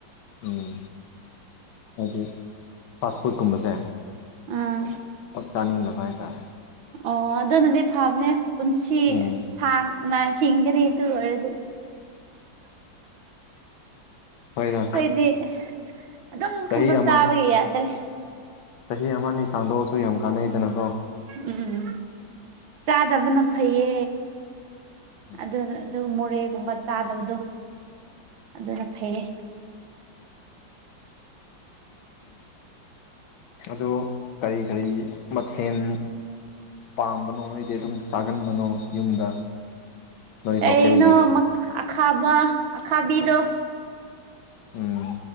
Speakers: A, on the left; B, on the right.
A: ꯎꯝ ꯍꯥꯏꯗꯤ ꯐꯥꯁ ꯐꯨꯗ ꯀꯨꯝꯕꯁꯦ
B: ꯎꯝ
A: ꯄꯛ ꯆꯥꯅꯤꯡꯗꯕ ꯍꯥꯏꯇꯥꯔꯦ
B: ꯑꯣ ꯑꯗꯨꯅꯗꯤ ꯐꯥꯕꯅꯦ ꯄꯨꯟꯁꯤ
A: ꯎꯝ
B: ꯁꯥꯡꯅ ꯍꯤꯡꯒꯅꯤ ꯑꯗꯨ ꯑꯣꯏꯔꯗꯤ
A: ꯍꯣꯏꯗ
B: ꯈꯣꯏꯗꯤ ꯑꯗꯨꯝ
A: ꯆꯍꯤ
B: ꯈꯪꯗꯣꯛ
A: ꯑꯃ
B: ꯆꯥꯕꯒꯤ ꯌꯥꯗ꯭ꯔꯦ
A: ꯆꯍꯤ ꯑꯃꯅꯤ ꯁꯥꯡꯗꯣꯛꯑꯁꯨ ꯌꯥꯝ ꯀꯥꯟꯅꯩꯗꯅꯀꯣ
B: ꯎꯝ ꯆꯥꯗꯕꯅ ꯐꯩꯌꯦ
A: ꯎꯝ
B: ꯑꯗꯨꯅ ꯑꯗꯨꯝ ꯃꯣꯔꯦꯒꯨꯝꯕ ꯆꯥꯗꯕꯗꯨ ꯑꯗꯨꯅ ꯐꯩꯌꯦ
A: ꯑꯗꯨ ꯀꯔꯤ ꯀꯔꯤ ꯃꯊꯦꯟ ꯄꯥꯝꯕꯅꯣ ꯅꯣꯏꯗꯤ ꯑꯗꯨꯝ ꯆꯥꯒꯟꯕꯅꯣ ꯌꯨꯝꯗ ꯅꯣꯏ
B: ꯀꯩꯅꯣ
A: ꯂꯣꯀꯦꯜꯒꯤ
B: ꯑꯈꯥꯕ- ꯑꯈꯥꯕꯤꯗꯣ
A: ꯎꯝ